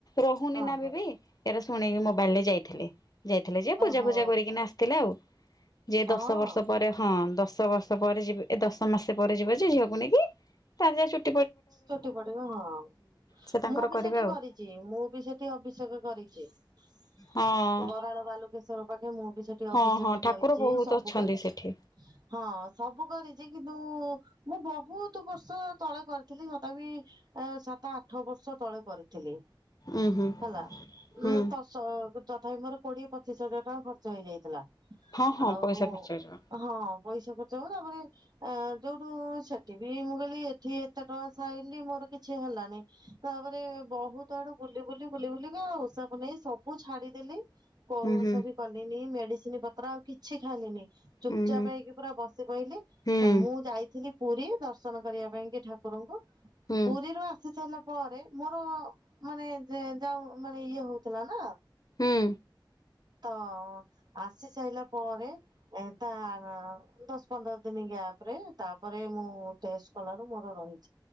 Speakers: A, on the left; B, on the right.
A: ରହୁନି
B: ହଁ
A: ନା
B: ହଁ
A: ବେବି ଏରା ଶୁଣିକି ମୋବାଇଲରେ ଯାଇଥିଲି। ଯାଇଥିଲେ ଯେ ପୂଜା
B: ହଁ
A: ଫୂଜା
B: ଓହୋ
A: କରିକିନା ଆସିଥିଲେ ଆଉ ଯେ
B: ହଁ
A: ଦଶ ବର୍ଷ ପରେ ହଁ ଦଶ ଦଶ ବର୍ଷ ପରେ ଯିବ ଏ ଦଶ ମାସେ ପରେ ଯିବେ ଯେ ଝିଅକୁ ନେଇକି ତାର ଯଦି ଚୁ
B: ଚୁଟି ପଡିବ ହଁ,
A: ସେ ତାଙ୍କର
B: ମୁଁ ବି
A: କରିବେ
B: ସେଠି କରିଛି
A: ଆଉ
B: ମୁଁ ବି ସେଠି ଅଭିଷେକ କରି ଛି ବରାଳ
A: ହଁ।
B: ବାଲୁଙ୍କେଶ୍ୱର ପାଖ ରେ ମୁଁ ବି ସେଠି
A: ହଁ
B: ଅଭିଷେକ
A: ହଁ ଠାକୁର
B: କରିଚି
A: ବହୁତ
B: ସବୁ
A: ଅଛନ୍ତି
B: କରିଛି।
A: ସେଠି।
B: ହଁ ସବୁ କରିଚି କିନ୍ତୁ ମୁଁ ବହୁତ ବର୍ଷ ତଳେ କରି ଥିଲି ତଥାପି ଅ ସାତ ଆଠ ବର୍ଷ ତଳେ କରିଥିଲି।
A: ଉୁଁ ହୁଁ
B: ହେଲା
A: ହୁଁ
B: ନା ତ ସ ତଥାପି ମୋର କୋଡିଏ ପଚିଶ ହଜାର ଟଙ୍କା ଖର୍ଚ୍ଚ ହେଇଯାଇଥିଲା। ଆଉ
A: ହଁ ହଁ ପଇସା ଖର୍ଚ୍ଚ ହେଇଯିବ।
B: ହଁ ପଇସା ଖର୍ଚ୍ଚ ହବ ତାପରେ ଆ ଯୋଉଠୁ ସେଠି ବି ମୁଁ କହିଲି ଏଠି ଏ ତେ ଟଙ୍କା ସାଇଲି ମୋର କିଛି ହେଲାନାଇ ତାପରେ ବହୁତ ଆଡୁ ବୁଲି ବୁଲି ବୁଲି ବୁଲିକା ଆଉ ତାକୁ ନେଇ ସବୁ ଛାଡିଦେଲି କୋଉ
A: ହୁଁ
B: ଓଷା
A: ହୁଁ
B: ବି କଲିନି ମେଡିସିନ ପତ୍ର ଆଉ କିଛି ଖାଇଲିନି। ଚୁପଚାପ
A: ହୁଁ ହୁଁ
B: ହେଇକି ପୁରା ବସି ପଇଲି
A: ହୁଁ
B: ଆ ମୁଁ ଯାଇଥିଲି ପୁରୀ ଦର୍ଶନ କରିଆ ପାଇଁ କି ଠାକ କୁରଙ୍କୁ
A: ହୁଁ
B: ପୁରୀରୁ ଆସି ସାଇଲା ପରେ ମୋର ମାନେ ଯେ ଯାଉ ମାନେ ଇଏ ହଉଥିଲା ନା
A: ହୁଁ।
B: ତ ଆସିସାଇଲା ପରେ ଏ ତା ଦଶ ପନ୍ଦର ଦିନ ଗ୍ୟାପରେ ତା ପରେ ମୁଁ ଟେଷ୍ଟ କଲାରୁ ମୋର ରହି